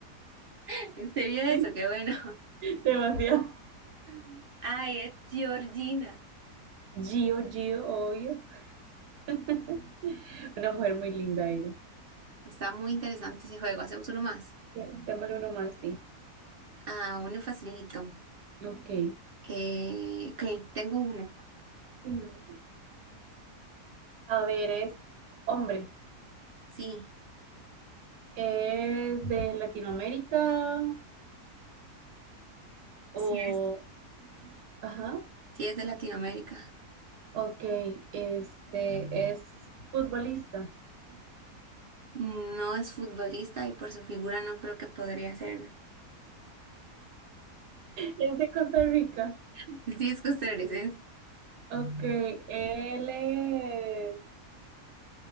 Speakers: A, on the right; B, on the right.
A: <laughs> ¿Se vio eso?
B: sí,
A: Qué bueno.
B: sí, demasiado.
A: <laughs> Ay, es Georgina.
B: Gio, Gio, obvio. <laughs> Una mujer muy linda ella.
A: Está muy interesante ese juego. Hacemos uno más.
B: Démosle uno más, sí.
A: Ah, uno facilito.
B: Ok.
A: Eh, ok, tengo uno.
B: Ujú. A ver, es hombre.
A: Sí,
B: ¿Es de Latinoamérica o...
A: sí es,
B: Ajá.
A: sí es de Latinoamérica.
B: Ok, este es futbolista. <laughs>
A: No es futbolista y por su figura no creo que podría serlo.
B: Es de Costa Rica.
A: <laughs> Sí es costarricense.
B: Ok, él es